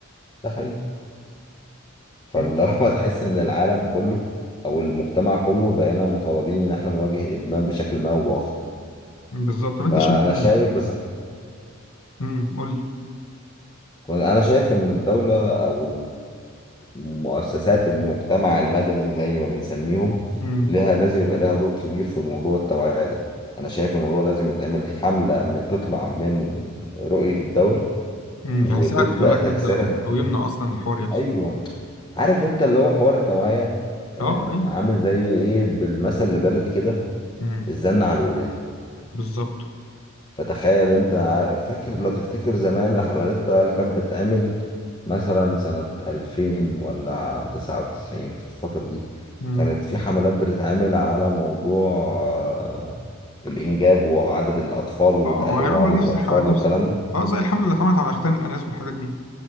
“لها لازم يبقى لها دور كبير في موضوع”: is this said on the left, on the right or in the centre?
Left